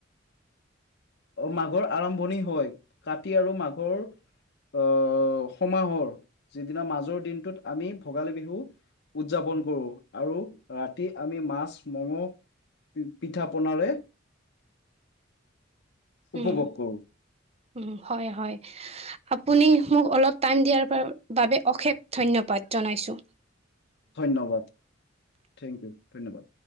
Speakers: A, on the left; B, on the right.
A: মাঘৰ আৰম্ভণি হয়, কাটি আৰু মাঘৰ আহ সমাহৰ যিদিনা মাজৰ দিনটোত আমি ভোগালী বিহু উদযাপন কৰোঁ, আৰু ৰাতি আমি মাছ মঙ পিঠা পনাৰে উপভোগ
B: উম,
A: কৰোঁ
B: উম, হয়, হয়। আপুনি মোক অলপ টাইম দিয়াৰ বাবে অশেষ ধন্যবাদ জনাইছো।
A: ধন্যবাদ থেংক ইউ ধন্যবাদ।